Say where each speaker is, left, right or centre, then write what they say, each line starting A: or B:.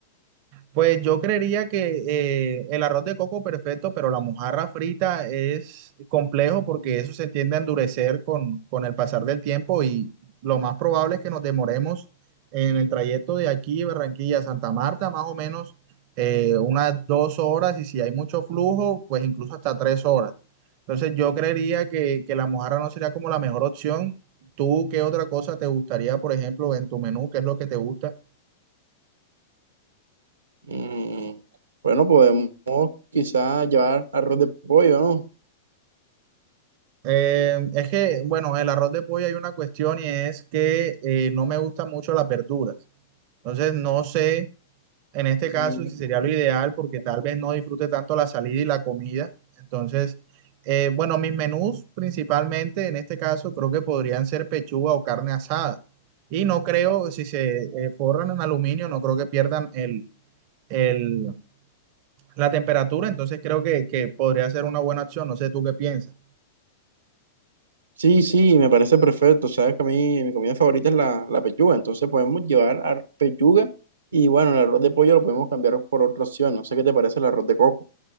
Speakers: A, on the right; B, on the right.
A: Pues yo creería que eh, el arroz de coco perfecto, pero la mojarra frita es complejo porque eso se tiende a endurecer con, con el pasar del tiempo y lo más probable es que nos demoremos en el trayecto de aquí, Barranquilla a Santa Marta, más o menos eh, unas dos horas y si hay mucho flujo, pues incluso hasta tres horas. Entonces yo creería que, que la mojarra no sería como la mejor opción. ¿Tú qué otra cosa te gustaría, por ejemplo, en tu menú? ¿Qué es lo que te gusta?
B: Mm, bueno, podemos quizás llevar arroz de pollo, ¿no?
A: Eh, es que, bueno, el arroz de pollo hay una cuestión y es que eh, no me gustan mucho las verduras. Entonces, no sé en este caso
B: Mm,
A: si sería lo ideal porque tal vez no disfrute tanto la salida y la comida. Entonces, eh, bueno, mis menús principalmente en este caso creo que podrían ser pechuga o carne asada. Y no creo, si se eh, forran en aluminio, no creo que pierdan el, el- la temperatura. Entonces, creo que, que podría ser una buena opción. No sé tú qué piensas.
B: Sí, sí, me parece perfecto. Sabes que a mí mi comida favorita es la, la pechuga, entonces podemos llevar a pechuga y bueno, el arroz de pollo lo podemos cambiar por otra opción. No sé qué te parece el arroz de coco.